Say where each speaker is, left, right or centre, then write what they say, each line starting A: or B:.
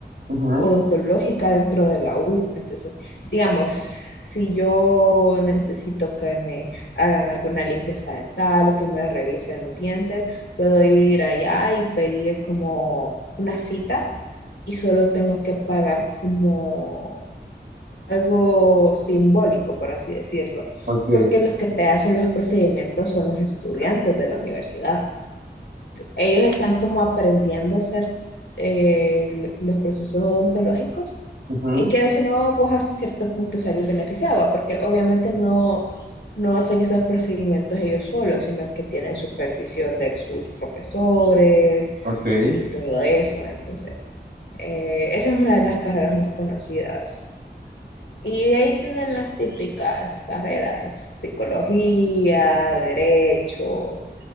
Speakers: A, on the right; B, on the left.
A: ujú,
B: odontológica dentro de la U. Entonces, digamos, si yo necesito que me hagan alguna limpieza dental o que me revisen los dientes, puedo ir allá y pedir como una cita y solo tengo que pagar como algo simbólico, por así decirlo,
A: ok,
B: porque los que te hacen los procedimientos son los estudiantes de la universidad. Ellos están como aprendiendo a hacer eh, los procesos odontológicos
A: ujú,
B: y que o no, pues hasta cierto punto salir beneficiado, porque obviamente no, no hacen esos procedimientos ellos solos, sino que tienen supervisión de sus profesores
A: ok,
B: y todo eso. Entonces, eh, esa es una de las carreras más conocidas. Y de ahí tienen las típicas carreras, psicología, derecho